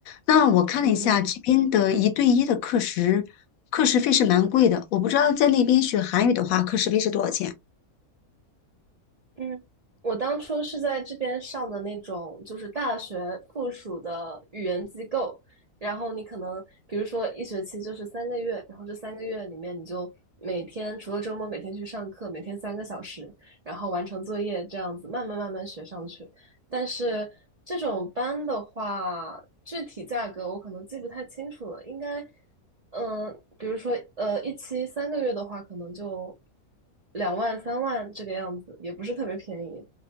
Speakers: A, on the left; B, on the right.
A: 那我看了一下这边的一对一的课时，
B: 嗯
A: 课时费是蛮贵的，我不知道在那边学韩语的话，课时费是多少钱？
B: 嗯，我当初是在这边上的那种，就是大学附属的语言机构，然后你可能比如说一学期就是三个月，然后这三个月里面你就每天除了周末每天去上课，每天三个小时，然后完成作业这样子，慢慢慢慢学上去。但是这种班的话，具体价格我可能记不太清楚了，应该，嗯、比如说，呃，一期三个月的话，可能就两万三万这个样子，也不是特别便宜，